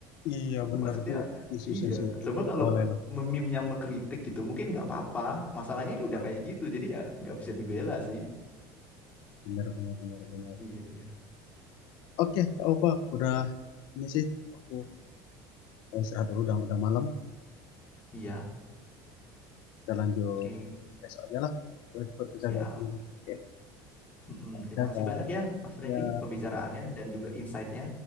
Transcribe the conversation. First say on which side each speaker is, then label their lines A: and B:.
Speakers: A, on the left (about 60°); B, on the left (about 20°).
A: Iya, benar
B: Maksudnya
A: itu isu
B: iya.
A: sensitif.
B: Coba
A: Nggak
B: kalau
A: boleh lah.
B: meme yang mengkritik gitu mungkin nggak apa-apa. Masalahnya ini udah
A: Ah,
B: kayak gitu. Jadi ya nggak bisa dibela sih.
A: Benar, benar, benar, benar.
B: Iya, iya.
A: Oke, Kak Opa, udah ini sih. Aku mau istirahat dulu, udah, udah malam.
B: Iya.
A: kita lanjut
B: Oke,
A: besok aja lah buat percakapan
B: siap.
A: oke
B: Mm-mm. Terima
A: dadah
B: kasih banyak ya Mas Randy
A: ya
B: pembicaraannya dan juga insight-nya